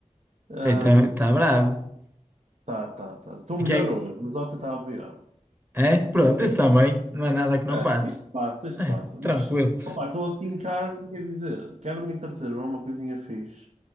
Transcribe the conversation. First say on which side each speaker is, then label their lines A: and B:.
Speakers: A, on the right; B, on the right.
A: Ahm,
B: Então, está bravo.
A: tá, tá, tá. Estou
B: Ok?
A: melhor hoje, mas ontem estava pior.
B: É? é? Pronto, isso também. Não é nada que não
A: É,
B: passe.
A: isto passa, isto
B: É,
A: passa.
B: tranquilo.
A: Mas, opá, estou aqui em casa, quer dizer, quero me entreter, não é uma coisinha fixe.